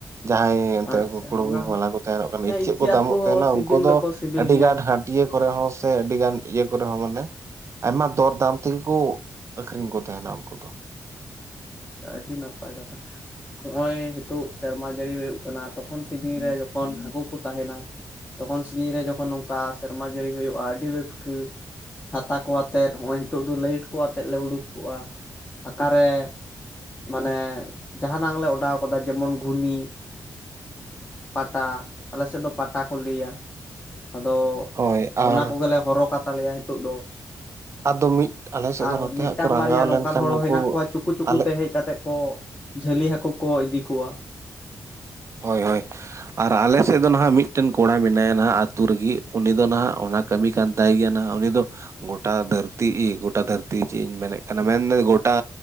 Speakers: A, on the right; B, on the left.
A: ᱡᱟᱦᱟᱸᱭ ᱮᱱᱛᱮᱫ
B: ᱟᱪᱪᱷᱟ
A: ᱩᱱᱠᱩ ᱠᱩᱲ
B: ᱚᱱᱟ
A: ᱵᱩ
B: ᱦᱚᱸ
A: ᱢᱟᱞᱟ ᱠᱚ ᱛᱟᱦᱮ ᱱᱚᱜ ᱠᱟᱱᱟ
B: ᱦᱮᱸ
A: ᱤᱪᱟᱹᱜ ᱠᱚ ᱫᱟ
B: ᱦᱟᱹᱠᱩ
A: ᱢᱚᱜ
B: ᱦᱚᱸ
A: ᱛᱟᱦᱮ ᱱᱟ
B: ᱥᱤᱵᱤᱞ
A: ᱩᱱᱠᱩ ᱫᱚ
B: ᱫᱚᱠᱚ ᱥᱤᱵᱤᱞ
A: ᱟᱹᱰᱤ
B: ᱜᱮᱭᱟ
A: ᱜᱟᱱ ᱠᱚ ᱨᱮ ᱦᱚᱸ ᱥᱮ ᱟᱹᱰᱤ ᱜᱟᱱ ᱤᱭᱟᱹ ᱠᱚ ᱨᱮ ᱦᱚᱸ ᱢᱟᱱᱮ ᱟᱭᱢᱟ ᱫᱚᱨ ᱫᱟᱢ ᱛᱮ ᱜᱮ ᱠᱚ ᱟᱠᱷᱨᱤᱧ ᱠᱚ ᱛᱟᱦᱮ ᱱᱟ ᱩᱱᱠᱩ ᱫᱚ
B: ᱟᱹᱰᱤ ᱱᱟᱯᱟᱭ ᱠᱟᱛᱷᱟ᱾ ᱱᱚᱜᱼᱚᱭ ᱱᱤᱛᱚᱜ ᱥᱮᱨᱢᱟ ᱡᱟᱹᱲᱤ ᱦᱩᱭᱩᱜ ᱠᱟᱱᱟ ᱛᱚ ᱠᱷᱚᱱ ᱥᱤᱡᱤᱱ ᱨᱮ ᱡᱚ ᱠᱷᱚᱱ ᱦᱟᱹᱠᱩ ᱠᱚ ᱛᱟᱦᱮ ᱱᱟ ᱛᱚᱠᱷᱚᱱ ᱥᱤᱡᱤᱧ ᱨᱮ ᱡᱚᱠᱷᱚᱱ ᱱᱚᱝ ᱠᱟ ᱥᱮᱨᱢᱟ ᱡᱟᱹᱲᱤ ᱦᱳᱭᱳᱜᱼᱟ ᱟᱹᱰᱤ ᱨᱟᱹᱥᱠᱟᱹ ᱪᱷᱟᱛᱟ ᱠᱚ ᱟᱛᱮᱫ ᱱᱚᱜᱼᱚᱭ ᱱᱤᱛᱚᱜ ᱫᱚ ᱞᱟᱹᱭᱤᱴ ᱠᱚ ᱟᱛᱮᱫ ᱞᱮ ᱩᱰᱩᱠ ᱠᱚᱜᱼᱟ ᱚᱠᱟᱨᱮ ᱢᱟᱱᱮ ᱡᱟᱦᱟ ᱱᱟᱜ ᱞᱮ ᱚᱰᱟᱣ ᱟᱠᱟᱫᱟ ᱡᱮᱢᱚᱱ ᱜᱷᱩᱱᱤ ᱯᱟᱴᱟ ᱟᱞᱮ ᱥᱮᱫ ᱫᱚ ᱯᱟᱴᱟ ᱠᱚ ᱞᱟᱹᱭᱟ ᱟᱫᱚ
A: ᱦᱳᱭ ᱟᱨ
B: ᱚᱱᱟ ᱠᱚᱜᱮ ᱞᱮ ᱦᱚᱨᱚᱜ ᱠᱟᱛᱟ ᱞᱮᱭᱟ ᱱᱤᱛᱚᱜ ᱫᱚ᱾
A: ᱟᱫᱚ ᱢᱤᱫ ᱟᱞᱮ ᱥᱮᱫ
B: ᱟᱨ
A: ᱫᱚ ᱱᱚᱛᱮ
B: ᱢᱤᱫ
A: ᱦᱟᱸᱜ
B: ᱴᱟᱝ
A: ᱠᱚ ᱨᱟᱸᱜᱟᱣ
B: ᱵᱟᱨᱭᱟ ᱱᱚᱝᱠᱟᱱ
A: ᱞᱮᱱᱠᱷᱟᱱ
B: ᱦᱚᱲ
A: ᱩᱱᱠᱩ
B: ᱦᱮᱱᱟᱜ ᱠᱚᱣᱟ ᱪᱳᱠᱳ ᱪᱳᱠᱳ
A: ᱟᱞᱮ
B: ᱦᱮᱡ ᱠᱟᱛᱮ ᱠᱚ ᱡᱷᱟᱹᱞᱤ ᱦᱟᱹᱠᱳ ᱠᱚ ᱤᱫᱤ ᱠᱚᱣᱟ ᱾
A: ᱦᱳᱭ ᱦᱳᱭ ᱟᱨ ᱟᱞᱮ ᱥᱮᱫ ᱫᱚ ᱱᱟᱦᱟᱜ ᱢᱤᱫ ᱴᱮᱱ ᱠᱚᱲᱟ ᱢᱮᱱᱟᱭᱟ ᱱᱟᱦᱟᱜ ᱟᱛᱳ ᱨᱮ ᱜᱮ ᱩᱱᱤ ᱫᱚ ᱱᱟᱦᱟᱜ ᱚᱱᱟ ᱠᱟᱹᱢᱤ ᱠᱟᱱ ᱛᱟᱭ ᱜᱮᱭᱟ ᱩᱱᱤ ᱫᱚ ᱜᱚᱴᱟ ᱫᱷᱟᱹᱨᱛᱤ ᱜᱚᱴᱟ ᱫᱷᱟᱹᱨᱛᱤ ᱪᱮᱫ ᱤᱧ ᱢᱮᱱᱮᱫ ᱠᱟᱱᱟ ᱢᱮᱱ ᱫᱤᱧ ᱜᱚᱴᱟ